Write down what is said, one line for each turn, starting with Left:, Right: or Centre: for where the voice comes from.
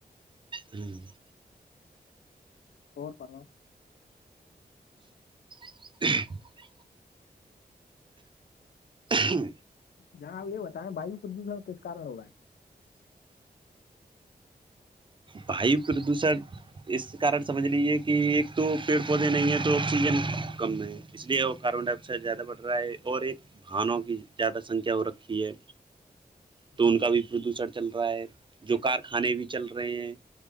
Right: ہوں
Left: اور پو
Right: <unintelligible> ہوں
Left: جہاں آ یہ ہوتا ہے ہمیں ویو پردوشن کےس کرن ہو رہ ہے
Right: واو پردوشن اس کارن سمجھ لیجیے کہ ایک تو پیڑ پودے نہیں ہیں تو آکسیجن کم ہے اس لیے وہ کاربن ڈائی آکسائڈ زیادہ بڑھ رہا ہے اور ایک بھانوں کی زیادہ سنکھیا ہو رکھی ہے
Left: <unintelligible>
Right: تو ان
Left: جی
Right: کا بھی پردوشن چل رہا ہے جو کارخانے بھی چل رہے ہیں